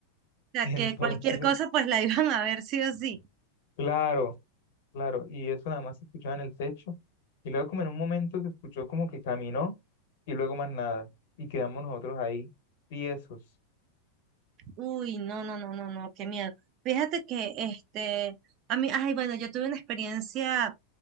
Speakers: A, on the left; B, on the right.
A: <laughs>
B: sea,
A: Entonces,
B: que cualquier cosa pues la <laughs> iban a ver sí o sí.
A: claro, claro, y eso nada más se escuchaba en el techo. Y luego como en un momento se escuchó como que caminó y luego más nada. Y quedamos nosotros ahí, tiesos.
B: Uy, no, no, no, no, no, qué miedo. Fíjate que este, a mí, ay, bueno, yo tuve una experiencia.